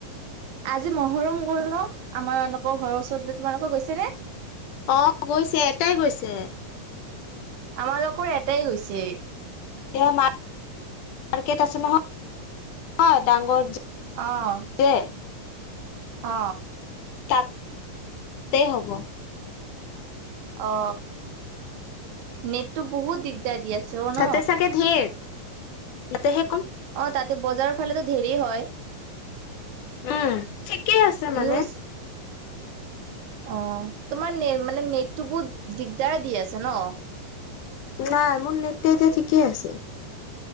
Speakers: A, on the right (about 80°); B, on the left (about 75°).
A: আজি মহৰম গ'ল ন? আমাৰ এওঁলোকৰ ঘৰৰ ওচৰত, তোমালোকৰ গৈছে নে?
B: অ গৈছে, এটাই গৈছে।
A: আমাৰ লোকৰ এটাই গৈছে।
B: তেওঁ মাৰ্কেট আছে নহয়। হয় ডাঙৰ যে
A: অ', অ।
B: তাতে হ'ব।
A: অ নেটটো বহুত দিগদাৰ দি আছে। অ' ন।
B: তাতে চাগে ধেৰ। তাতে সে কম
A: অ তাতে বজাৰৰ ফালেতো ধেৰি হয়।
B: উম ঠিকেই আছে মানে।
A: নিউজ অ তোমাৰ নে মানে নেটটো বহুত দিগদাৰ দি আছে ন?
B: নাই মোৰ নেট এতিয়া ঠিকেই আছে।